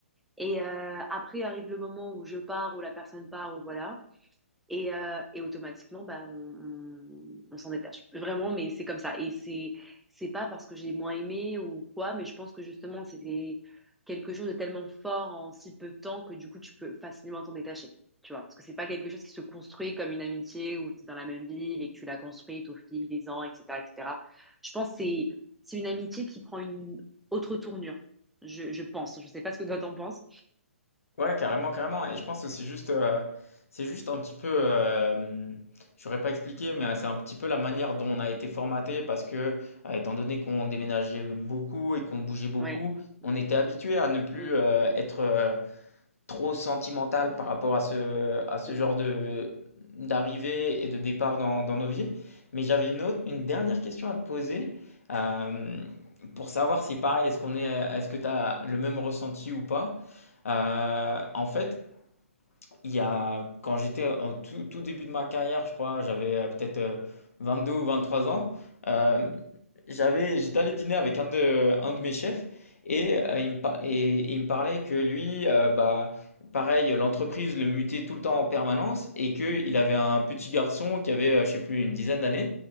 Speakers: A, in the centre; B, on the left.
A: Et euh, après arrive le moment où je pars, où la personne part, ou voilà. Et, euh, et automatiquement, bah, on, on- on s'en détache. Vraiment, mais c'est comme ça. Et c'est, c'est pas parce que j'ai moins aimé ou quoi, mais je pense que justement, c'était quelque chose de tellement fort en si peu de temps que du coup, tu peux facilement t'en détacher. Tu vois, parce que c'est pas quelque chose qui se construit comme une amitié où tu es dans la même ville et que tu l'as construite au fil des ans, etc., etc. Je pense que c'est, c'est une amitié qui prend une autre tournure. Je, je pense. Je sais pas ce que toi t'en penses.
B: Ouais, carrément, carrément. Et je pense que c'est juste, euh, c'est juste un petit peu, euh, je n'aurais pas expliqué, mais c'est un petit peu la manière dont on a été formaté parce que, euh, étant donné qu'on déménageait beaucoup et qu'on bougeait beaucoup,
A: Ouais. Mm,
B: on était habitué à ne plus
A: mm, mm,
B: euh, être, euh, trop sentimental par rapport à ce, à ce
A: c'est
B: genre
A: ça.
B: de, d'arrivée et de départ dans, dans nos vies. Mais j'avais une autre, une dernière question à te poser euh, pour savoir si pareil, est-ce qu'on est, est-ce que tu as le même ressenti ou pas. Euh, en fait, il y a, quand j'étais en tout, tout début de ma carrière, je crois, j'avais euh, peut-être euh, deux ou 23 ans, euh, j'avais, j'étais allé dîner avec un de, un de mes chefs et, euh, il me, par- et il me parlait que lui, euh, bah, pareil, l'entreprise le mutait tout le temps en permanence et qu'il avait un petit garçon qui avait, euh, je sais plus, une dizaine d'années